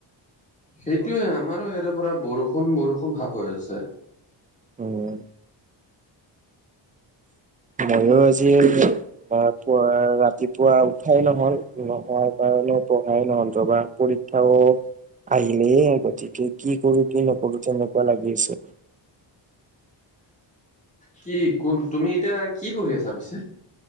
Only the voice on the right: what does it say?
উম, মইও আজি ৰাতিপুৱা উঠাই নহ'ল নহোৱাৰ কাৰণে পঢ়াই নহ'ল জবা পৰীক্ষাও আহিলেই গতিকে কি কৰো কি নকৰো তেনেকুৱা লাগি আছে।